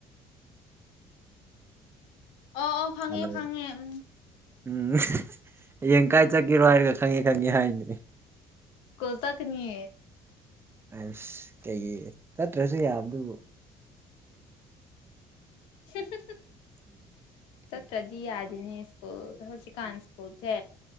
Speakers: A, on the left; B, on the right.
A: ꯑꯣ ꯑꯣ ꯈꯪꯉꯦ
B: ꯍꯜꯂꯣ
A: ꯈꯪꯉꯦ ꯎꯝ
B: ꯎꯝ ꯍꯌꯦꯡ ꯀꯥꯏ ꯆꯠꯀꯦꯔꯣ ꯍꯥꯏꯔꯒ ꯈꯪꯉꯦ ꯈꯪꯉꯦ ꯍꯥꯏꯅꯦ
A: ꯁ꯭ꯀꯨꯜ ꯆꯠꯀꯅꯤ
B: ꯑꯁ ꯀꯩꯒꯤ ꯆꯠꯇ꯭ꯔꯁꯨ ꯌꯥꯕꯗꯨꯕꯨ
A: <unintelligible>
B: <unintelligible>
A: ꯆꯠꯇ꯭ꯔꯗꯤ ꯌꯥꯗꯤꯅꯦ ꯁ꯭ꯀꯨꯜ ꯍꯨꯖꯤꯛꯀꯥꯟ ꯁ꯭ꯀꯨꯜꯁꯦ